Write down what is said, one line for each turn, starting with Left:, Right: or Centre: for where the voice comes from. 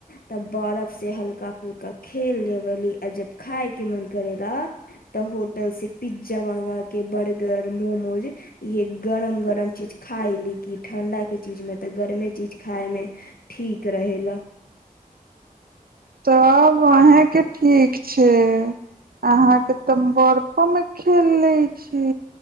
Left: तब बरफ से हल्का हुलका खेल लेबली आ जब खायके मन करेला तऽ होटल से पिज्जा मगा के बर्गर मोमोज इहे गरम गरम चीज खाायली कि ठंडा के चीज मे तऽ गर्मे चीज खायमे ठीक रहेला।
Right: तब अहें के ठीक छैय अहााँ के तऽ बर्फो मे खेल लय छी